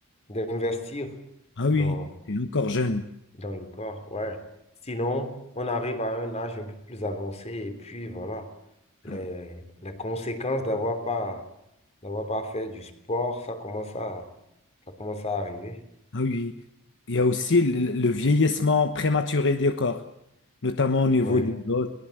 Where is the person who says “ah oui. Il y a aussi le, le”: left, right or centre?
Left